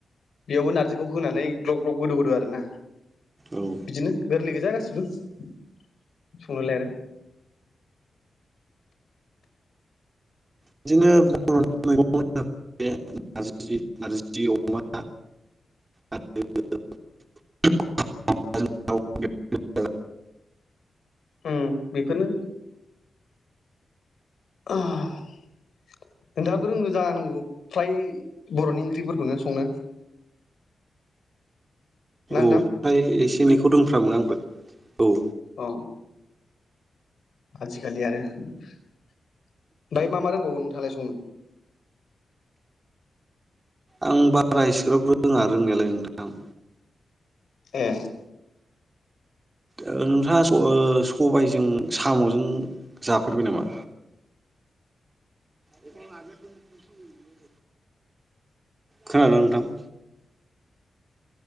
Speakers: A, on the left (about 70°); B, on the right (about 25°).
A: बेयावबो नारजिखौ होनानै ग्लब ग्लब गोदौ होदो आरो ना
B: औ
A: बिदिनो गोरलै गोज जा गासिबो संङोलाय आरो <inaudible>
B: बिदिनो बर'नि मैगं खोनो बे नारजि नारजि अमा आरो अनलाजो दाव
A: उम बेफोरनो आहा नोंथाङाबो रोंगौ जानांगौ फ्राय बर'नि ओंख्रिफोरखौनो संनो?
B: औ
A: नोंथां
B: ओमफाय एस एनैखौ रोंफ्रामो आंबो औ।
A: अ आजिखालि आरो ओमफाय मा मा रोंबावो नोंथाङालाय संनो?
B: आं बारा एसिग्राब रोङा रोंनायालाय नोंथां।
A: ए।
B: ओ नोंथांआ ओ सबायजों साम'जों जाफेरबाय नामा? <unintelligible> खोनादों ना नोंथां?